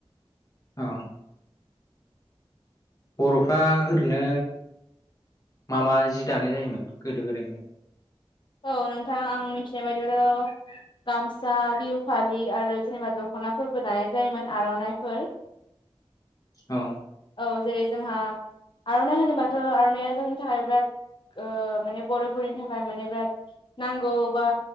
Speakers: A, on the left; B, on the left.
A: औ बर'फ्रा ओरैनो मा मा जि दानाय जायोमोन गोदो गोदायनिफ्राय?
B: औ नोंथां आं मिथिनाय बायदिब्लाथ' गामसा बिहु फालि आरो जेनेबा दख' नाफोरबो दानाय जायोमोन आर'नाइफोर।
A: औ
B: औ जेरै जोंहा आर'नाइ होनोबाथ' आर'नाइआ जोंनि थाखाय बिराद माने बर'फोरनि थाखाय माने बिराद नांगौ बा